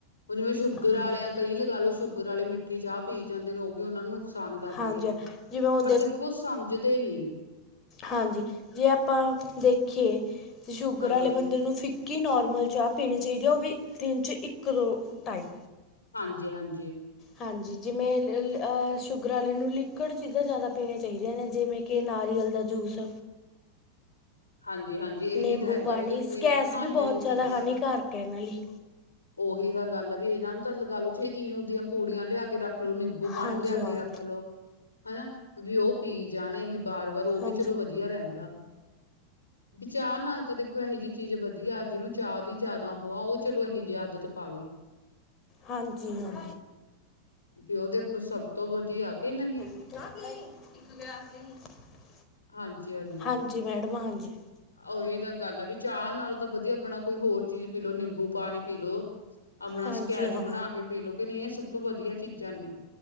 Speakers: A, on the left (about 75°); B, on the left (about 30°).
A: ਜਿਵੇਂ ਸ਼ੂਗਰ
B: ਹਾਂਜੀ।
A: ਵਾਲਿਆਂ ਕਈ ਲਗਾ ਲਓ ਸ਼ੂਗਰ ਵਾਲੇ ਮਿੱਠੀ ਚਾਹ ਪੀ ਜਾਂਦੇ ਨੇ। ਉਹ ਵੀ ਉਹਨਾਂ ਨੂੰ ਨੁਕਸਾਨ ਕਰਦੀ
B: ਹਾਂਜੀ
A: ਆ,
B: ਜਿਵੇਂ ਹੁਣ
A: ਪਰ ਦੇਖੋ ਸਮਝਦੇ ਨੀ।
B: ਹਾਂਜੀ, ਜੇ ਆਪਾਂ ਦੇਖੀਏ ਸ਼ੂਗਰ
A: ਹਾਂਜੀ,
B: ਵਾਲੇ ਬੰਦੇ ਨੂੰ ਫੀ ਕਿ ਨਾਰਮਲ ਚਾਹ ਪੀਣੀ ਚਾਹੀਦੀ ਉਹ ਵੀ, ਦਿਨ 'ਚ ਇੱਕ ਦੋ ਟਾਈਮ।
A: ਹਾਂਜੀ, ਹਾਂਜੀ।
B: ਹਾਂਜੀ, ਜਿਵੇਂ ਅਹ ਸ਼ੂਗਰ ਆਲੇ ਨੂੰ ਲਿਕੁਡ ਚੀਜ਼ਾਂ ਜ਼ਿਆਦਾ ਪੀਣੀਆਂ ਚਾਹੀਦੀਆਂ ਨੇ ਜਿਵੇਂ ਕਿ ਕਿ ਨਾਰੀਅਲ ਦਾ ਜੂਸ।
A: ਹਾਂਜੀ-ਹਾਂਜੀ, ਇਹੀ
B: ਨਿੰਬੂ
A: ਤਾਂ ਹੈਗਾ
B: ਪਾਣੀ
A: ਵੀ ਦੇਖੋ
B: ਸਕੈਸ
A: ਇਹਨਾਂ ਨੂੰ ਨਾ
B: ਵੀ
A: ਏਹੀਆ
B: ਬਹੁਤ
A: ਜਿਆ
B: ਜ਼ਿਆਦਾ
A: ਚੀਜ਼ਾਂ।
B: ਹਾਨੀਕਾਰਕ ਹੈ ਇਹਨਾਂ ਲਈ
A: ਉਹੀ ਤਾਂ ਗੱਲ ਆ ਵੀ ਇਹਨਾਂ ਨੂੰ ਤਾਂ ਲਗਾ ਲੋ ਇਨੋ ਦੀਆਂ ਪੂੜੀਆਂ ਲਿਆ ਕੇ ਰੱਖ ਰੱਖ ਲਓ ਨਿੰਬੂ ਪਾਣੀ
B: ਹਾਂਜੀ
A: ਲਿਆ
B: ਹਾਂ
A: ਕੇ ਰੱਖ ਲਓ, ਹੈਨਾ ਵੀ ਉਹ ਪੀ ਜਾਣੇ ਏਹ ਬਾਰ ਪਰ ਉਹ
B: ਹਾਂਜੀ
A: ਵੀ ਚਲੋ ਵਧੀਆ ਰਹਿੰਦਾ। ਵਿ ਚਾਹ ਨਾਲ ਤਾਂ ਦੇਖੋ ਇਹੋ ਜਿਹੀ ਚੀਜ਼ ਵਧੀਆ, ਜਿਹਨੂੰ ਚਾਹ ਦੀ ਜ਼ਿਆਦਾ ਔਹੋ ਆ ਉਹ ਚਲੋ ਇਹੋ ਜਿਹੀ ਆਦਤ ਪਾਵੇ।
B: ਹਾਂਜੀ ਹਾਂ।
A: ਵੀ ਉਹ ਦੇਖੋ ਸਭ ਤੋਂ ਵਧੀਆ ਕਿ ਨਹੀਂ।
B: <inaudible>
A: ਹਾਂਜੀ-ਹਾਂਜੀ,
B: ਹਾਂਜੀ ਮੈਡਮ ਹਾਂਜੀ।
A: ਉਹੀ ਤਾਂ ਗੱਲ ਆ ਵੀ ਚਾਹ ਨਾਲੋਂ ਤਾਂ ਵਧੀਆ ਆਪਣਾ ਕੋਈ ਹੋਰ ਚੀਜ਼ ਪੀ ਲੋ ਨਿੰਬੂ ਪਾਣੀ ਪੀ ਲਓ। ਆਪਣਾ
B: ਹਾਂਜੀ
A: ਸਕੈਚ
B: ਹਾਂ
A: ਬਣਾ ਕੇ ਪੀਲੋ ਕਿ ਨਹੀਂ ਇਹ ਸਭ ਤੋਂ ਵਧੀਆ ਚੀਜ਼ਾਂ ਨੇ।